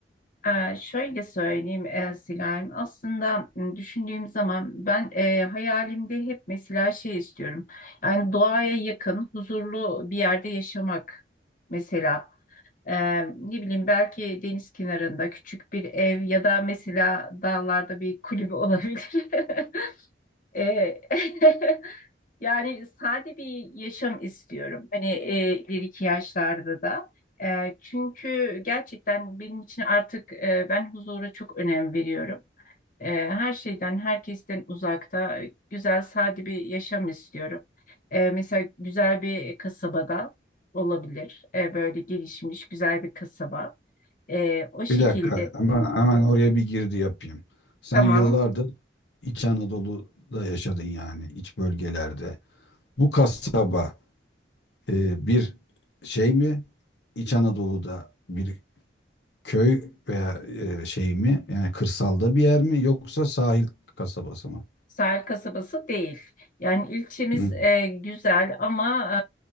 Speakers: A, on the left; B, on the left.
A: Ee, şöyle söyleyeyim e, Silayim. Aslında m, düşündüğüm zaman ben e, hayalimde hep mesela şey istiyorum. Yani doğaya yakın, huzurlu bir yerde yaşamak mesela. Ee, ne bileyim belki deniz kenarında küçük bir ev ya da mesela dağlarda bir kulübe olabilir. <laughs> Ee, <laughs> Yani sade bir yaşam istiyorum. Hani e, ileriki yaşlarda da. E, çünkü gerçekten benim için artık e, ben huzura çok önem veriyorum. E, her şeyden, herkesten uzakta güzel, sade bir yaşam istiyorum. E, mesela güzel bir kasabada olabilir. E, böyle gelişmiş, güzel bir kasaba. E, o şekilde
B: Bir dakika, hemen, hemen oraya bir girdi yapayım. Sen
A: tamam.
B: yıllardır İç Anadolu'da yaşadın yani iç bölgelerde. Bu kasaba e, bir şey mi? İç Anadolu'da bir köy veya e, şey mi? Yani kırsalda bir yer mi? Yoksa sahil kasabası mı?
A: Sahil kasabası değil. Yani ilçemiz
B: Hı.
A: e, güzel ama